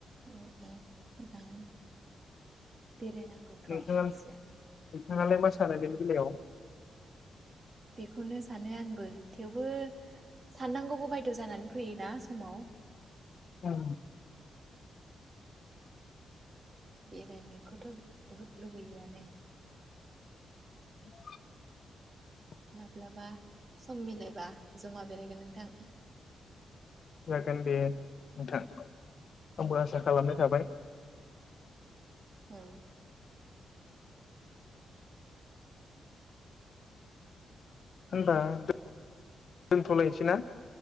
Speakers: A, on the right; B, on the left.
A: औ औ मोजाङानो। बेरायनांगौथ
B: नोंथाङा
A: मानसिया
B: नोंथाङालाय मा सानो बेनि बेलायाव।
A: बेखौनो सानो आंबो थेवबो साननांगौबो बायद जानानै फैयोना समाव।
B: औ।
A: बेरायनायखौथ बुहुद लुगैयोआनो।
B: <inaudible>
A: माब्लाबा। सम मिलायबा जमा बेरायगोन नों। थां।
B: जागोन दे नोंथां आंबो आसा खालामनाय थाबाय।
A: औ।
B: होनबा दोनथलायनोसैना?